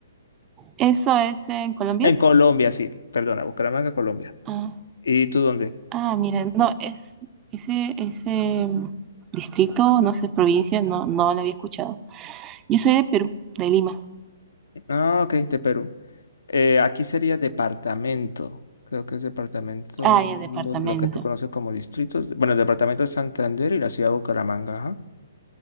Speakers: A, on the right; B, on the left.
A: ¿Eso es en Colombia?
B: En Colombia, sí. Perdona, Bucaramanga, Colombia.
A: Ah,
B: ¿Y tú dónde?
A: ah, mira, no, es ese, ese mm, distrito, no sé, provincia, no, no lo había escuchado. Yo soy de Perú, de Lima.
B: Ah, ok, de Perú. Eh, aquí sería departamento. Creo que es departamento,
A: Ah, ya, departamento.
B: lo que tú conoces como distritos. Bueno, el departamento de Santander y la ciudad de Bucaramanga. ajá.